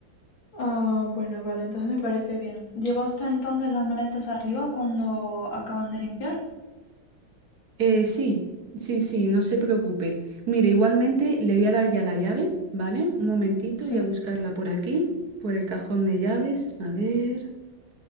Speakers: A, on the left (about 75°); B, on the right (about 55°).
A: Ah, bueno, vale, entonces me parece bien. ¿Lleva usted entonces las maletas arriba cuando acaban de limpiar?
B: Eh, sí, sí, sí, no se preocupe. Mire, igualmente le voy a dar ya la llave, ¿vale? Un momentito,
A: Sí.
B: voy a buscarla por aquí, por el cajón de llaves. A ver,